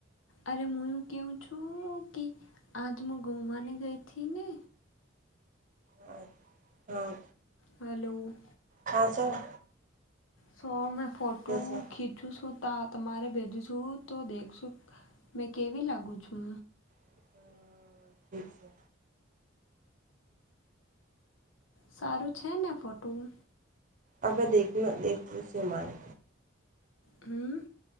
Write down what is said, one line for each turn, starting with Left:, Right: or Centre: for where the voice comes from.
Left: અરે હું એવું કહું છું, કે આજ હું ગુમવાને ગઈ હતી ને
Right: હા હા
Left: હાલો
Right: હા સર
Left: સો મેં ફોટો
Right: દસો
Left: ખીચું છું, ત તમારે ભેજું છું તો દેખશું મેં કેવી લાગુ છું?
Right: હ ઠીક છે
Left: સારું છે ને ફોટું
Right: અવે દેખું ના દેખું સે મારે
Left: હમ